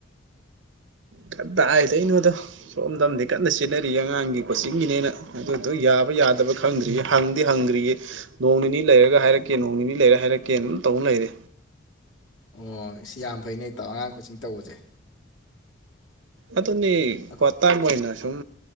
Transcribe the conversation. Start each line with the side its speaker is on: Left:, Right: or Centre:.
Right: ꯀꯗꯥꯏꯗꯩꯅꯣꯗ ꯁꯣꯝꯗ ꯑꯃꯗꯤ ꯀꯟꯅ ꯆꯦꯟꯅꯔꯤꯌꯦ ꯑꯉꯥꯡꯒꯤ ꯀꯣꯆꯤꯡꯒꯤꯅꯦꯅ ꯑꯗꯨꯗꯣ ꯌꯥꯕ ꯌꯥꯗꯕ ꯈꯪꯗ꯭ꯔꯤꯌꯦ ꯍꯪꯗꯤ ꯍꯪꯗ꯭ꯔꯤꯌꯦ ꯅꯣꯡ ꯅꯤꯅꯤ ꯂꯩꯔꯒ ꯍꯥꯏꯔꯛꯀꯦ ꯅꯣꯡ ꯅꯤꯅꯤ ꯂꯩꯔ ꯍꯥꯏꯔꯛꯀꯦ ꯑꯗꯨꯝ ꯇꯧ ꯂꯩꯔꯦ
Left: ꯑꯣ ꯁꯤ ꯌꯥꯝ ꯐꯩꯅꯦ ꯏꯇꯥꯎ ꯑꯉꯥꯡ ꯀꯣꯆꯤꯡ ꯇꯧꯕꯁꯦ
Right: ꯑꯗꯨꯅꯤ
Left: ꯑꯩꯈꯣꯏ
Right: ꯄꯥꯔꯠ ꯇꯥꯏꯝ ꯑꯣꯏꯅ ꯁꯨꯝ